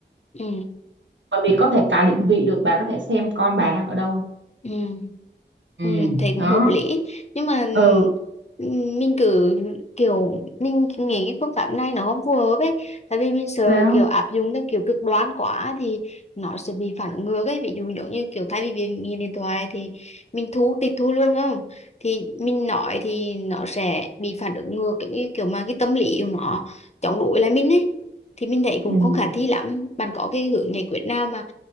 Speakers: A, on the left (about 35°); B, on the right (about 80°).
A: ừ
B: bởi vì có thể cả định vị được bà có thể xem con bà đang ở đâu
A: Ừ.
B: ừ
A: Ừ, thấy cũng
B: đó
A: hợp lý nhưng mà
B: ừ
A: ừ, mình cứ kiểu mình nghĩ cái phương pháp này nó không phù hợp ấy tại vì mình sợ
B: sao
A: kiểu áp dụng theo kiểu cực đoan quá thì nó sẽ bị phản ứng ngược ấy ví dụ giống như kiểu thay vì việc nghiện điện thoại thì mình thu tịch thu luôn đúng không thì mình nói thì nó sẽ bị phản ứng ngược cái cái kiểu mà cái tâm lý của nó chống đối lại mình ấy thì mình thấy cũng
B: ừ.
A: không khả thi lắm bạn có cái hướng giải quyết nào mà